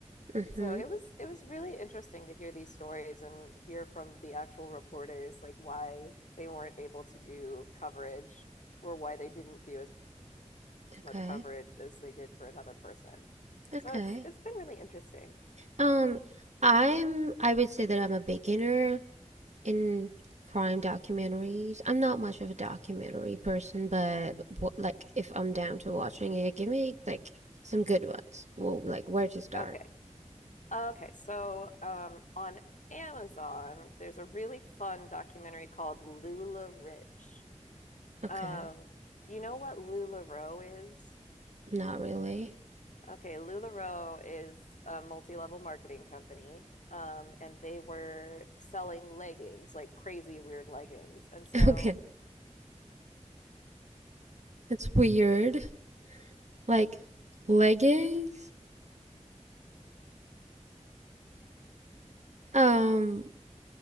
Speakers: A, on the right (about 70°); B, on the left (about 85°).
A: mm-hmm.
B: So it was it was really interesting to hear these stories and hear from the actual reporters like why they weren't able to do coverage or why they didn't do as
A: Okay.
B: much coverage as they did for another person.
A: Okay.
B: So it's it's been really interesting.
A: Um, I'm I would say that I'm a beginner in crime documentaries. I'm not much of a documentary person, but wh- like if I'm down to watching it, give me like some good ones. Well, like where to start?
B: Okay. Okay, so um on Amazon, there's a really fun documentary called Lula Rich.
A: Okay,
B: Um, do you know what LuLaRoe is?
A: not really.
B: Okay, LuLaRoe is a multi-level marketing company. Um, and they were selling leggings, like crazy weird leggings. And so
A: <laughs> Okay, it's weird. Like leggings? Um,